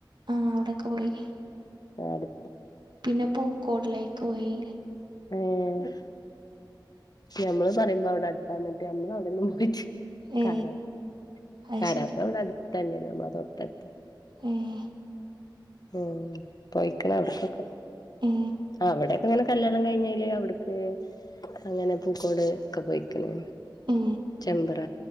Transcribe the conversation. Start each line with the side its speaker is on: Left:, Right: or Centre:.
Right: ആഹ് ഔടൊക്കെ പോയിനി
Left: ആട്
Right: പിന്നെ പൂക്കോട്ലൈക്കോയി.
Left: ഏഹ്‌ ഞമ്മള് പറിമ്പോ ഔടട്‌ത്ത ന്നട്ട് ഞമ്മളൌടൊന്നും പോയ്റ്റി
Right: ഏ
Left: ക്കാരം
Right: അത്
Left: കാരാപ്പുഴ
Right: ശരി
Left: വിടെ അടുത്തന്നെണ് ഞമ്മളെ തൊട്ടട്ത്ത്
Right: ഏഹ്
Left: ഊം പോയിക്ക്ണ് ഔട്ക്കൊക്കെ
Right: ഏ
Left: അവടെ അങ്ങനെ കല്യാണം കഴ്ഞ്ഞേല് അവ്ട്ക്ക് അങ്ങനെ പൂക്കോട് ഒക്കെ പോയ്ക്ക്ണ്.
Right: ഏ
Left: ചെമ്പറ